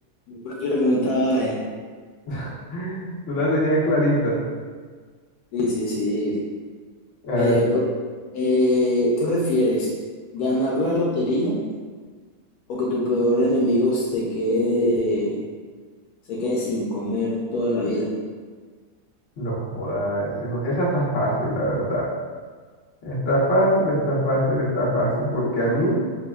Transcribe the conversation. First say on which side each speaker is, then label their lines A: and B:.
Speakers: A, on the left (about 80°); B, on the left (about 55°).
A: Yo Prefiero que no trabaje.
B: <laughs> Tú la tenías clarita.
A: Sí, sí, sí.
B: A
A: Eh,
B: ver,
A: bro, eh, ¿qué prefieres? ¿Ganar la lotería o que tu peor enemigo se quede, se quede sin comer toda la vida?
B: no joda, ese es un- esa está fácil, la verdad. Está fácil, está fácil, está fácil, porque a mí,